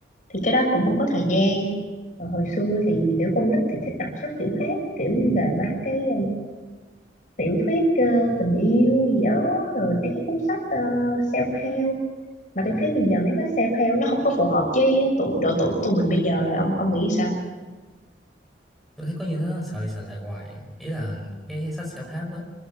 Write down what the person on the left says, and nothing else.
thì cái đó cũng không có thời gian còn hồi xưa thì kiểu con nít thì thích đọc sách kiểu khác kiểu như là ba cái ờ, tiểu thuyết ờ, tình yêu gì đó rồi mấy cái cuốn sách ờ, self-help mà tôi thấy bây giờ mấy cái self-help nó không có phù hợp với tụ độ tuổi của tụi mình bây giờ rồi ông ông nghĩ sao